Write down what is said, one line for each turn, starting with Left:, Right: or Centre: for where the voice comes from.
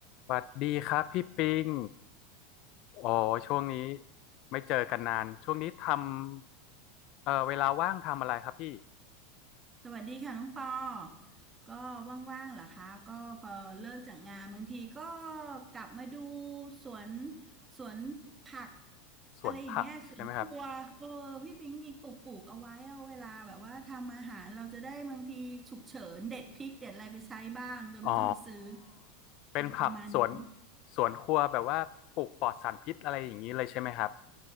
Left: สวัสดีครับพี่ปิงอ๋อช่วงนี้ไม่เจอกันนานช่วงนี้ทำเอ่อเวลาว่างทำอะไรครับพี่
Right: สวัสดีค่ะน้องปอก็ว่างๆเหรอคะ ก็พอเลิกจากงานบางทีก็กลับมาดูสวนสวนผัก
Left: สวนผักใช่ไหมครับ
Right: อะไรอย่างเงี้ยสวนครัวเออพี่ปิงมีปลูกปลูกเอาไว้เอาเวลาแบบว่าทำอาหารเราจะได้บางทีฉุกเฉินเด็ดพริกเด็ดอะไรไปใช้บ้างโดยไม่ต้องไปซื้อ
Left: อ๋อเป็นผักสวน
Right: ประมาณนี้
Left: สวนครัวแบบว่าปลูกปลอดสารพิษอะไรอย่างนี้เลยใช่ไหมครับ